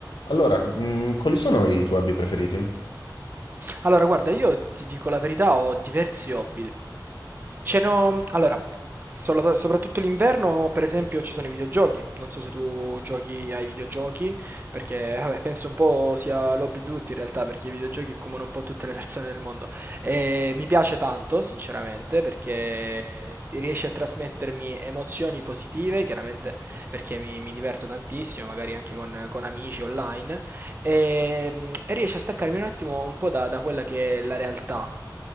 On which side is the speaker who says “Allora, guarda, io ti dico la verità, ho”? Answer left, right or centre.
Right